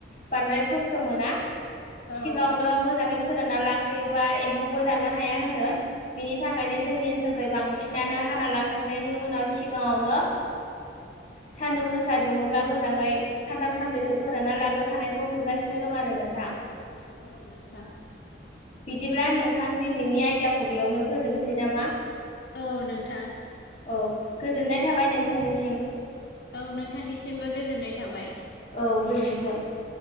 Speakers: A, on the left; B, on the left.
A: बांद्राय खस्थ' मोना ।
B: औ
A: सिगाङावनो मोजाङै फोरानना लाखोयोबा एम्फौबो जानो हाया होनो। बेनि थाखायनो जोंनि ओनसोलखै बांसिनानो हाना लाखांनायनि उनाव सिगाङावनो सान्दुं गोसा फिसा दुङोब्ला मोजाङै सानथाम सानब्रैसो फोरानना लाग्रोखानायखौ नुगासिनो दं आरो नोंथां ।
B: औ नोंथां ।
A: बिदिब्ला नोंथां दिनैनि आयदाखौ बेयावनो फोजोबनोसै नामा?
B: औ नोंथां।
A: औ गोजोननाय थाबाय नोंथांनिसिम।
B: औ नोंथांनिसिमबो गोजोननाय थाबाय
A: औ गोजोनथों ।
B: औ